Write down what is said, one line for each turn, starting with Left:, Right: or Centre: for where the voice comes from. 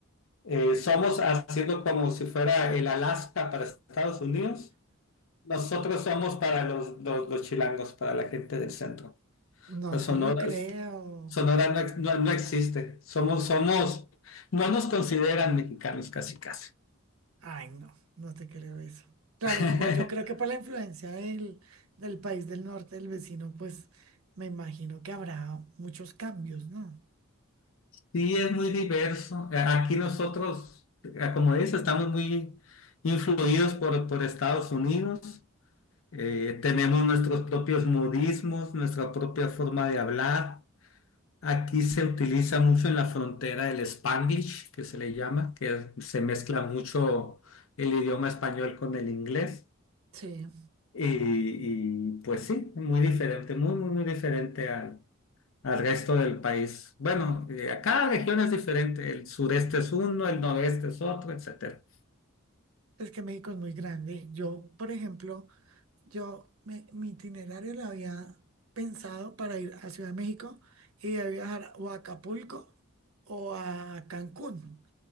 Left: eh, somos haciendo como si fuera el Alaska para Estados Unidos. Nosotros somos para los, los, los chilangos, para la gente del centro.
Right: No
Left: O sea, Sonora,
Right: te lo creo.
Left: es- Sonora no, ex- no- no existe. Somos, somos, no nos consideran mexicanos casi, casi.
Right: Ay, no, no te creo eso. Claro,
Left: <laughs>
Right: igual yo creo que por la influencia del, del país del norte, del vecino, pues me imagino que habrá muchos cambios, ¿no?
Left: Sí, es muy diverso. Eh, Aquí nosotros, eh, como dices, estamos muy influidos por, por Estados Unidos. Eh, tenemos nuestros propios modismos, nuestra propia forma de hablar. Aquí se utiliza mucho en la frontera el Spanglish, que se le llama, que se mezcla mucho el idioma español con el inglés.
Right: Sí,
Left: Y, y, pues sí, muy diferente, muy, muy, muy diferente al, al resto del país. Bueno, eh, a cada región es diferente. El sureste es uno, el noreste es otro, etcétera.
Right: es que México es muy grande. Yo, por ejemplo, Yo, me- mi itinerario lo había pensado para ir a Ciudad de México y de ahí viajar o a Acapulco o a Cancún.